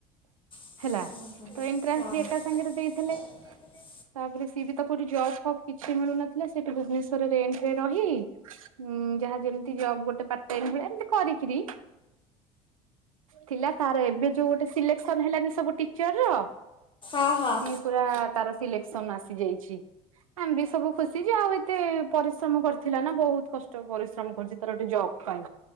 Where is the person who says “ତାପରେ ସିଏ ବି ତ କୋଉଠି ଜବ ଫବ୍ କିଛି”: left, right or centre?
Right